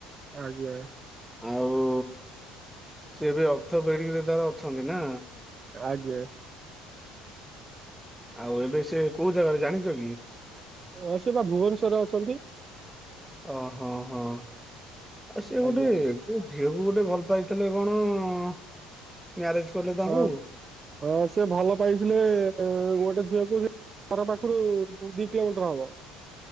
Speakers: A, on the right; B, in the centre.
A: ଆଜ୍ଞା
B: ଆଉ ସେ ଏବେ ଓର୍ଥୋପେଡିକରେ ତାହେଲେ ଅଛନ୍ତି ନା
A: ଆଜ୍ଞା
B: ଆଉ ଏବେ ସେ କୋଉ ଜାଗାରେ ଜାଣିଛ କି
A: ହଁ ସେ ବା ଭୁବନେଶ୍ଵରରେ ଅଛନ୍ତି
B: ଓହଁ ହଁ ଆଉ ସେଏ ଗୋଟେ
A: ଆଜ୍ଞା
B: ମୋ ଝିଅକୁ ଗୋଟେ ଭଲ ପାଇଥିଲେ କଣ ମ୍ୟାରେଜ କଲେ ତାଙ୍କୁ
A: ହଁ ହଁ ସିଏ ଭଲ ପାଇଥିଲେ ଗୋଟେ ଝିଅକୁ ଘର ପାଖରୁ ଦି କିଲୋମିଟର ହବ